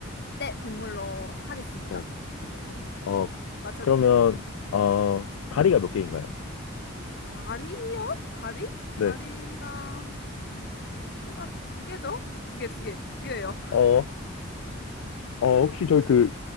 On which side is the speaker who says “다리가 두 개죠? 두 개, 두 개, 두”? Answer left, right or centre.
Left